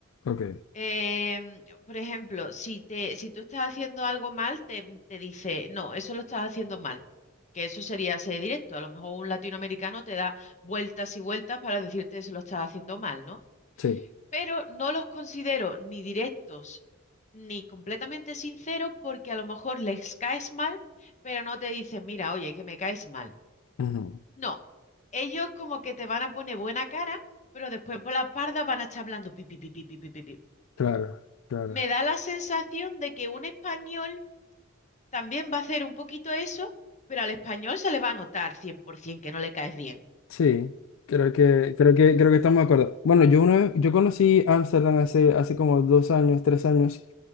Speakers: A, on the left (about 75°); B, on the left (about 35°).
A: ok,
B: Em, por ejemplo, si te, si tú estás haciendo algo mal, te, te dice, no, eso lo estás haciendo mal, que eso sería ser directo. A lo mejor un latinoamericano te da vueltas y vueltas para decirte eso lo estás haciendo mal, ¿no?
A: sí,
B: Pero no los considero ni directos ni completamente sinceros porque a lo mejor les caes mal, pero no te dicen, mira, oye, que me caes mal.
A: Ujú.
B: No, ellos como que te van a poner buena cara, pero después por la parda van a estar hablando pipi, pipi, pipi, pipi,
A: claro, claro,
B: me da la sensación de que un español también va a hacer un poquito eso, pero al español se le va a notar 100% que no le caes bien.
A: sí, creo que, creo que, creo que estamos de acuerdo. Bueno, yo una vez, yo conocí Ámsterdam hace, hace como dos años, tres años,